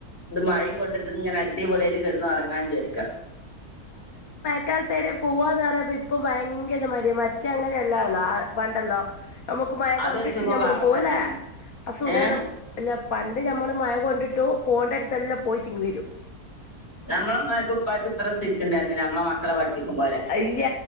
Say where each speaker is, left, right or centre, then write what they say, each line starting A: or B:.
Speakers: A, on the left; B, on the left.
A: ഇത് മഴയും കൊണ്ടിട്ട്ങ്ങനെ അടിപൊളി ആയിട്ട് കെടന്ന് ഒറങ്ങാന്ന് വിചാരിക്കാ
B: ഇക്കാലത്ത് എവ്ടേം പൂവാന്ന് പറയമ്പം ഇപ്പം ഭയങ്കര മടിയാ മറ്റേ അങ്ങനെ അല്ലാല്ല ആ പണ്ടല്ലോ നമുക്ക് മഴ
A: അതൊരു
B: കൊണ്ടിട്ട്
A: സുഖം
B: ഞമ്മള്
A: വേറെ
B: പോവല്ലേ
A: തന്നെയാണ്
B: <unintelligible>
A: ഏഹ്
B: ഇല്ല പണ്ട് ഞമ്മള് മഴ കൊണ്ടി ട്ടോ പോവേണ്ടട്ത്തെല്ലാം പോയിട്ട് ഇങ്ങ് വെരും
A: നമ്മളമ്മാർക്കും ഉപ്പാർക്കും ഇത്ര സ്ഥിക്കുണ്ടായിരുന്നില്ല നമ്മളെ മക്കളെ പഠിപ്പിക്കും പോലെ
B: ഇല്ല